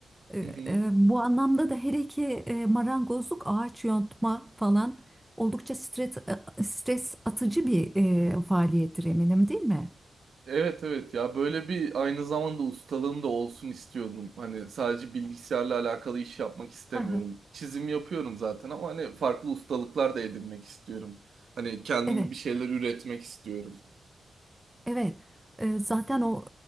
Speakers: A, in the centre; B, on the right.
A: E,
B: Hı hı.
A: e, Bu anlamda da her iki e, marangozluk, ağaç yontma falan oldukça stres, e, stres atıcı bir e, faaliyettir eminim değil mi?
B: Evet evet ya böyle bir aynı zamanda ustalığım da olsun istiyordum. Hani sadece bilgisayarla alakalı iş yapmak istemiyorum.
A: Hı hı.
B: Çizim yapıyorum zaten ama hani farklı ustalıklar da edinmek istiyorum. Hani kendim
A: Evet,
B: bir şeyler üretmek istiyorum.
A: evet. E, Zaten o